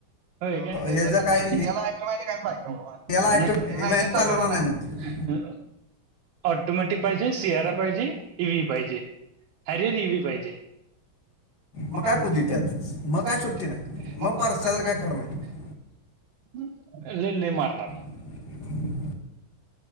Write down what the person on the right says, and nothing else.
हो काहीलां
याला ऑटोमॅटिक सगळं पाहिजे
लंय ताजां
मारलं
आहे
ऑटोमॅटिक पाहिजे सियारा पाहिजे इई व्ही पाहिजे अरे रिवी पाहिजे मंग
कायं
पती
त्यांत
मंग
कायं
सुट्टी
नाहीं मंग
परस्ताच
कायं
करणारं
लंलेले मारणांर